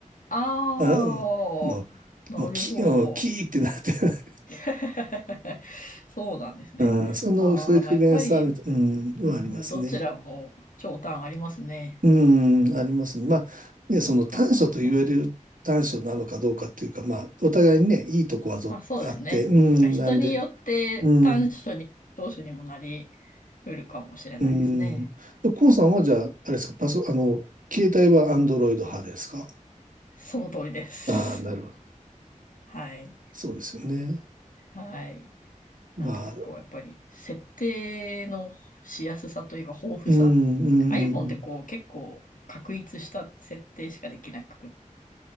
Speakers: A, on the left (about 80°); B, on the right (about 80°).
A: あ、ああ、
B: あ、うんもう、
A: なるほど。
B: もう、キー、うんキーってなって <laughs>
A: <laughs> そうなんですね。
B: うん、その、
A: ああ、
B: そういう不便さみたい、
A: まあ、やっぱり、
B: うん、
A: うんうん、
B: はありますね。
A: どちらも長短ありますね。
B: うん、ありますね。まあ、ね、その短所と言われる短所なのかどうかっていうか、
A: はははは
B: まあ、お互いにね、いいとこはぞあって、
A: まあそうですね。
B: うん、
A: なんか人によって短所に長所にもなり
B: なんで、うん、
A: 得るかもしれないですね。
B: うん。で、コウさんはじゃあ、あれですか、パソ、あの、携帯はアンドロイド派ですか
A: その通りです。
B: ああー、なるほど。
A: はい。
B: そうですよね。
A: はい。
B: まあ、
A: なんていうかこう、やっぱり設定のしやすさというか豊富さ。
B: うん、うん、
A: iPhone
B: うん
A: ってこう結構確立した設定しかできなくっ